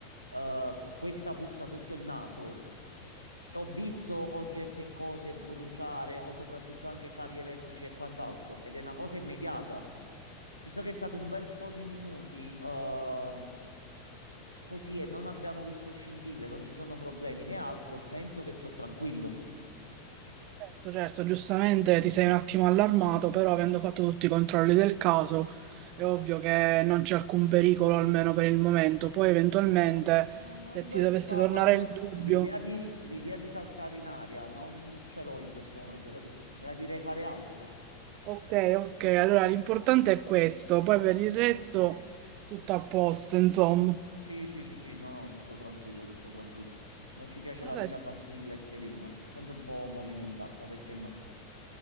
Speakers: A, on the left (about 85°); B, on the right (about 40°).
A: eh, questa puzza sotto il naso. Ho visto oggetti e cose bruciare o soprattutto anche cavi elettrici e quant'altro ed è una cosa immediata. Visto che è stato un bel po' di minuti ehm, così e non abbiamo visto scintille, non ci sono problemi né altro, penso che sto tranquillo.
B: Certo, certo, giustamente ti sei un attimo allarmato, però avendo fatto tutti i controlli del caso è ovvio che non c'è alcun pericolo, almeno per il momento. Poi eventualmente,
A: No, ma
B: se
A: è un
B: ti
A: bel
B: dovesse
A: sabato.
B: tornare
A: no?
B: il dubbio...
A: L'idea di, l'idea di saltare in aria non ce l'ho in questo momento, capito? Me la direi fare altro.
B: Ok, ok, allora l'importante è questo, poi per il resto tutto a posto, insomma.
A: Sì, sì, sì, sì, no, no, tutto tranquillo, tutto tranquillo. Non ci piace
B: Ma
A: la
B: sai,
A: vita tranquilla e serena, sempre un po' movimentata, perché no?